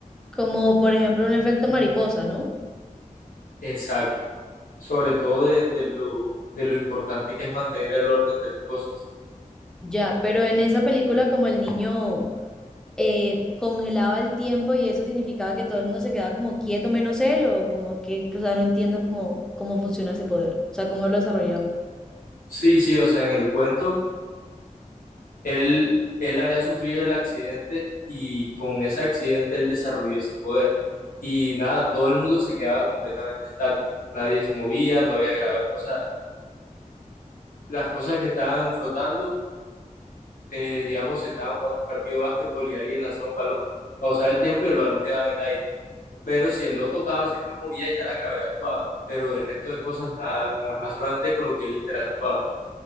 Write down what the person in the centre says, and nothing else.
Como por ejemplo un efecto mariposa, ¿no?
Ya, pero en esa película como el niño eh, congelaba el tiempo y eso significaba que todo el mundo se quedaba como quieto menos él o como que, o sea, no entiendo cómo, cómo funciona ese poder, o sea, cómo lo desarrollaba.